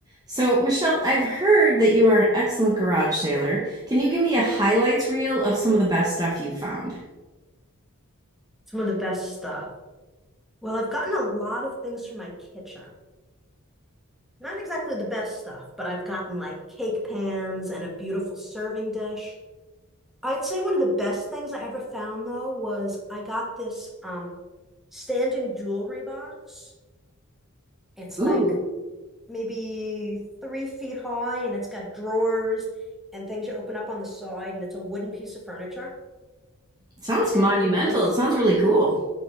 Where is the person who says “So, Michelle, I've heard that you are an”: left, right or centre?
Right